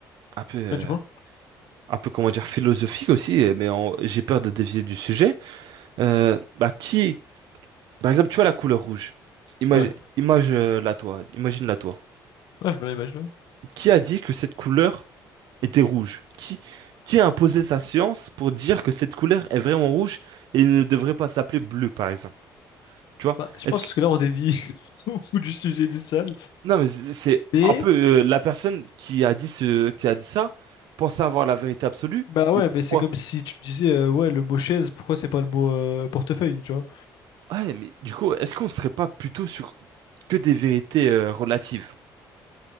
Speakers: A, on the right; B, on the left.
A: un peu, euh,
B: Ouais, du moins,
A: un peu comment dire, philosophique aussi, euh, mais en- j'ai peur de dévier du sujet. Euh, bah, qui, par exemple, tu vois la couleur rouge. Imagine,
B: ouais,
A: imagine-la toi, imagine-la toi.
B: ouais, je me l'imagine. ouais.
A: Qui a dit que cette couleur était rouge. Qui, qui a imposé sa science pour dire que cette couleur est vraiment rouge et ne devrait pas s'appeler bleu, par exemple? Tu vois?
B: Bah, je
A: Est-ce
B: pense
A: que...
B: que là, on dévie <laughs> beaucoup du sujet du sale.
A: Non, mais c'est c'est
B: Mais,
A: un peu euh, la personne qui a dit ce, qui a dit ça pensait avoir la vérité absolue,
B: bah
A: mais
B: ouais,
A: pourquoi?
B: mais c'est comme si tu me disais, euh, ouais, le mot chaise, pourquoi c'est pas le mot euh, portefeuille, tu vois?
A: Ouais, mais du coup, est-ce qu'on serait pas plutôt sur que des vérités euh, relatives?